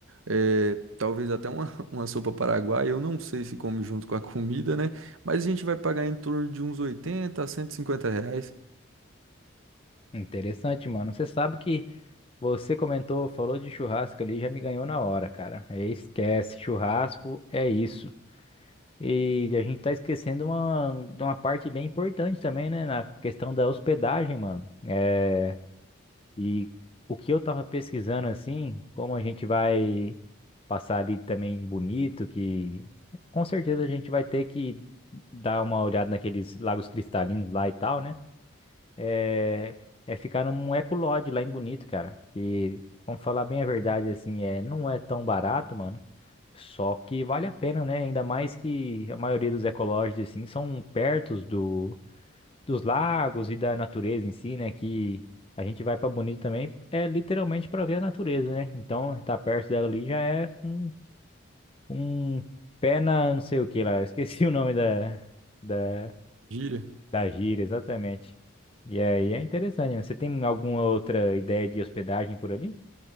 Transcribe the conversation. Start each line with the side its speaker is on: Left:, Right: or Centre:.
Right: é, talvez até uma, <laughs> uma sopa paraguaia. Eu não sei se come junto com a comida, né? Mas a gente vai pagar em torno de uns 80 a cento e cinquenta reais.
Left: Interessante, mano. Você sabe que você comentou, falou de churrasco ali, já me ganhou na hora, cara. Esquece, churrasco é isso. E a gente tá esquecendo uma, de uma parte bem importante também, né? Na questão da hospedagem, mano. É, e o que eu tava pesquisando, assim, como a gente vai passar ali também bonito, que com certeza a gente vai ter que dar uma olhada naqueles lagos cristalinos lá e tal, né? é, é ficar num Ecolodge lá em Bonito, cara. E vamos falar bem a verdade, assim, é, não é tão barato, mano. Só que vale a pena, né? Ainda mais que a maioria dos ecolodges, assim, são perto do, dos lagos e da natureza em si, né? Que a gente vai pra Bonito também, é literalmente pra ver a natureza, né? Então, estar tá perto dela ali já é um, um pé na não sei o que lá. Eu Esqueci <laughs> o nome da, da
Right: Gira.
Left: da gíria, exatamente. E aí é interessante. né? Você tem alguma outra ideia de hospedagem por ali?